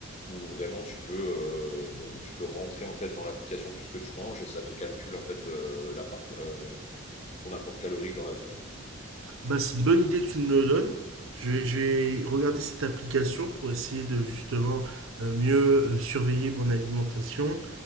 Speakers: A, on the left (about 30°); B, on the right (about 70°).
A: où vraiment tu peux, euh, tu peux rentrer en fait dans l'application tout ce que tu manges et ça te calcule en fait euh, l'apport- euh, ton apport calorique dans la journée.
B: Bah, c'est une bonne idée que tu me le donnes. Je vais, je vais regarder cette application pour essayer de justement euh, mieux euh, surveiller mon alimentation